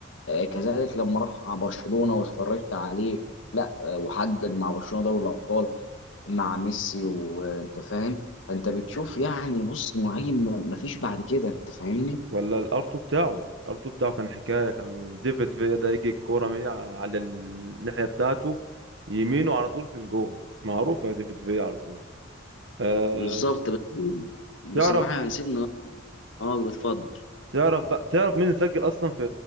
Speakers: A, on the left; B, on the right.
A: آه كذلك لما راح مع برشلونه واتفرجت عليه لا آه وحقق مع برشلونه دوري الابطال مع ميسي وانت فاهم فانت بتشوف يعني بص مهاجم ما فيش بعد كده انت فاهمني
B: ولا الارتو بتاعه الارتو بتاعه كان حكايه كان ديفيد فيا ده يجي الكوره من على الناحيه بتاعته يمينه على طول في الجول معروفه يا ديفيد فيا على طول أه
A: بالظبط بس بصراحه
B: تعرف
A: يعني سيبنا اه اتفضل
B: تعرف بقى تعرف مين اللي سجل اصلا في